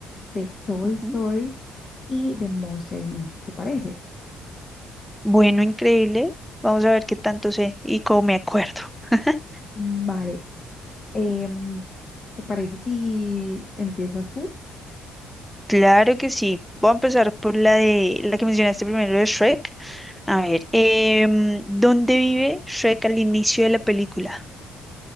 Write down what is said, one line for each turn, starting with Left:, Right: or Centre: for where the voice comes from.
Left: de Toy
Centre: Ujú.
Left: Story y de Monster Inc. ¿Te parece?
Centre: Bueno, increíble. Vamos a ver qué tanto sé y cómo me acuerdo. <laughs>
Left: Vale. em, ¿te parece si empiezas tú?
Centre: Claro que sí. Voy a empezar por la de la que mencionaste primero de Shrek. A ver, em, ¿dónde vive Shrek al inicio de la película?